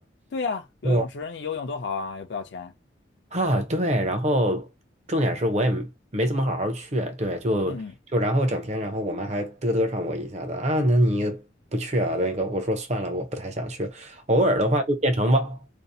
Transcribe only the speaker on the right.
哦，
啊，对，然后重点是我也没没怎么好好去，对，就就然后整天，
然后我们还嘚嘚上我一下子啊，那你不去啊？那个我说算了，我不太想去。偶尔的话就变成吧，